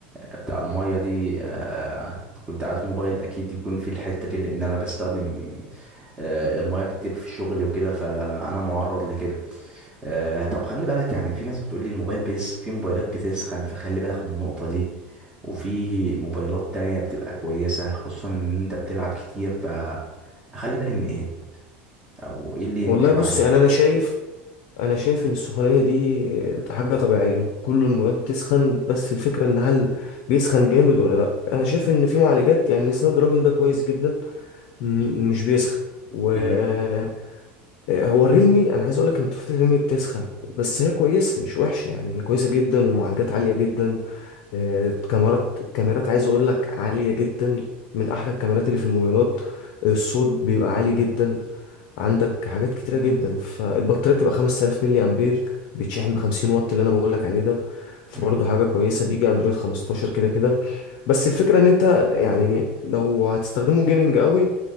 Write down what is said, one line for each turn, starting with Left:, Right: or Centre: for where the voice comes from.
Right: آه، بتاع المية دي آه، كنت عايز موبايل اكيد يكون في الحتة دي لان انا بستخدم آه، المياه كتير في الشغل وكده فانا معرض لكده آه، طب خلي بالك يعني في ناس بتقول لي الموبايل بس في موبايلات بتسخن فخلي بالك من النقطة دي وفي موبايلات تانية بتبقى كويسة خصوصا ان انت بتلعب كتير فاخلي بالي من ايه او ايه اللي يمشي
Left: والله بص
Right: معايا
Left: يعني أنا شايف انا شايف ان السخونيه دي حاجه طبيعيه كل المواد بتسخن بس الفكره ان هل بيسخن جامد ولا لا انا شايف ان في معالجات يعني السناب دراجون ده كويس جدا م- مش بيسخن و
Right: امم
Left: آه، هو الريلمي انا عايز اقول لك ان تفاحه الريلمي بتسخن بس هي كويسه مش وحشه يعني هي كويسه جدا ومعالجات عاليه جدا آه، كاميرات كاميرات عايز اقول لك عاليه جدا من احلى الكاميرات اللي في الموبايلات الصوت بيبقى عالي جدا عندك حاجات كتيرة جدا فالبطارية بتبقى 5000 ملي أمبير بيتشحن ب 50 واط اللي أنا بقول لك عليه ده فبرضه
Right: امم
Left: حاجة كويسة بيجي أندرويد 15 كده كده بس الفكرة إن أنت يعني لو هتستخدمه جيمنج قوي